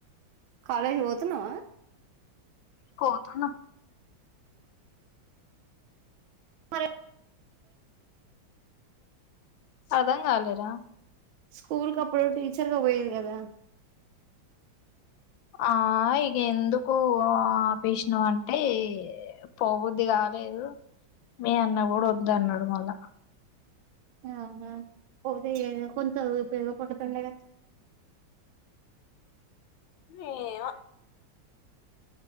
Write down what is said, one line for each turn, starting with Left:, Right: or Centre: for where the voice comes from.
Right: కాలేజ్ కి పోతునవ
Left: పోతనా
Right: మరి
Left: అర్దం కాలేరా
Right: స్కూల్ క అప్పుడు టీచర్గా పోయేది కదా
Left: ఆ ఇక ఎందుకు ఆపష్నా అంటే పోబుద్ది కాలేదు మీ అన్న కూడా వద్ద అన్నాడు మళ్ళా
Right: ఆ పోతే కొంత ఉపయోగ పడుతుడాగా
Left: ఏమో